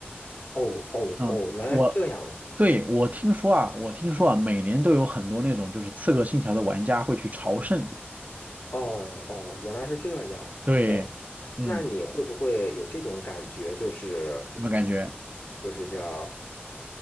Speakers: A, on the left; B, on the right.
A: 哦哦哦，
B: 嗯，
A: 原来是这样啊。
B: 我对，我听说啊，我听说啊，每年都有很多那种就是《刺客信条》的玩家会去朝圣。
A: 哦哦，原来是这样。
B: 对，
A: 哎，
B: 嗯，
A: 那你会不会有这种感觉？就是，
B: 怎么感觉
A: 嗯，就是叫。